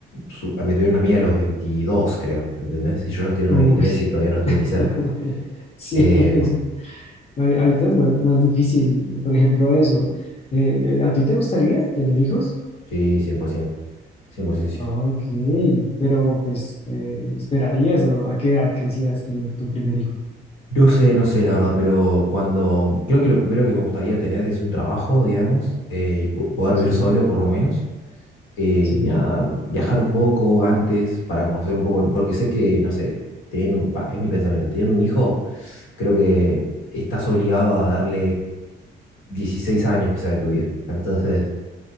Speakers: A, on the left; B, on the left.
A: su- me tuvieron a mí a los 22 creo, ¿entendés? Y yo los tuve en
B: Uy,
A: los 23 y todavía no estuve
B: <laughs>
A: ni cerca.
B: sí,
A: Em,
B: es ahori- Ahorita es más, más difícil, por ejemplo, eso. Eh, eh, ¿a ti te gustaría tener hijos?
A: sí, cien por 100%.
B: Ok, pero pues eh, esperarías o a qué edad quisieras tener tu primer hijo.
A: No sé, no sé, la verdad, pero cuando creo que lo primero que me gustaría tener es un trabajo, digamos, eh, y po- poder
B: Sí,
A: vivir solo por lo menos. eh, y
B: sí.
A: nada, viajar un poco antes para conocer un poco, el- porque sé que, no sé, teniendo, va, es mi pensamiento, teniendo un hijo, creo que estás obligado a darle 16 años quizás de tu vida. Entonces,